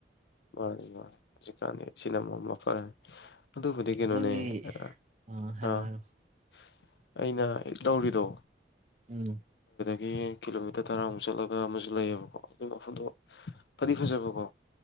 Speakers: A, on the left (about 70°); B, on the right (about 40°).
A: ꯃꯥꯅꯤ ꯃꯥꯅꯤ ꯍꯧꯖꯤꯛ ꯀꯥꯟꯗꯤ ꯁꯤꯅ ꯃ ꯃꯐꯔꯝ ꯑꯗꯨꯕꯨꯗꯤ ꯀꯩꯅꫭꯅꯦ
B: ꯅꯪꯒꯤ
A: ꯑ
B: ꯑꯥ ꯍꯥꯏꯔꯣ
A: ꯑ <unintelligible>
B: ꯍꯥꯏꯔꯣ
A: ꯑꯩꯅ ꯍꯦꯛ ꯂꯧꯔꯤꯗꯣ
B: ꯎꯝ
A: ꯒꯤ ꯀꯤꯂꯣꯃꯤꯇꯔ ꯇꯔꯥꯃꯨꯛ ꯆꯠꯂꯒ ꯑꯃꯁꯨ ꯂꯩꯌꯦꯕꯀꯣ ꯑꯗꯨ ꯃꯐꯝꯨꯗꯣ ꯐꯗꯤ ꯐꯖꯕꯀꯣ